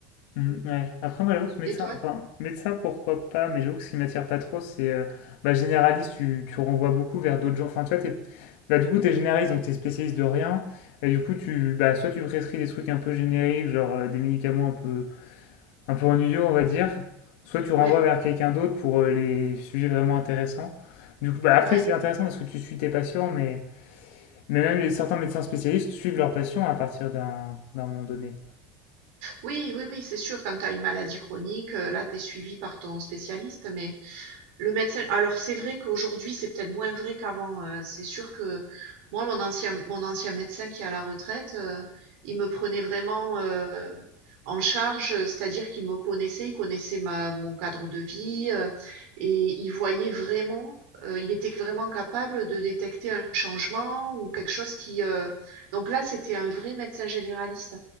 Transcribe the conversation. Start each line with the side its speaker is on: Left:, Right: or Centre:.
Left: Mm,
Right: Mm.
Left: ouais. Après, moi, j'avoue que médecin,
Right: Et toi?
Left: enfin, médecin, pourquoi pas, mais j'avoue que ce qui m'attire pas trop, c'est euh, bah, généraliste, tu, tu renvoies beaucoup vers d'autres gens. Enfin, toi, t'es, bah, du coup, t'es généraliste, donc t'es spécialiste de rien. Et du coup, tu, bah, soit tu prescris des trucs un peu génériques, genre euh, des médicaments un peu un peu ennuyeux, on va dire. Soit tu
Right: Ouais,
Left: renvoies vers quelqu'un d'autre pour euh, les sujets vraiment intéressants. Du coup, bah, après,
Right: ouais.
Left: c'est intéressant parce que tu suis tes patients, mais, mais même les, certains médecins spécialistes suivent leurs patients à partir d'un d'un moment donné.
Right: Oui, oui, oui, c'est sûr. Quand tu as une maladie chronique, euh, là, tu es suivi par ton spécialiste, mais Le médecin, alors c'est vrai qu'aujourd'hui, c'est peut-être moins vrai qu'avant. euh, c'est sûr que moi, mon ancien, mon ancien médecin qui est à la retraite, euh, il me prenait vraiment euh, en charge, euh, c'est-à-dire qu'il me connaissait, il connaissait ma, mon cadre de vie euh, et il voyait vraiment, euh, il était vraiment capable de détecter un changement ou quelque chose qui. euh, Donc là, c'était un vrai médecin généraliste.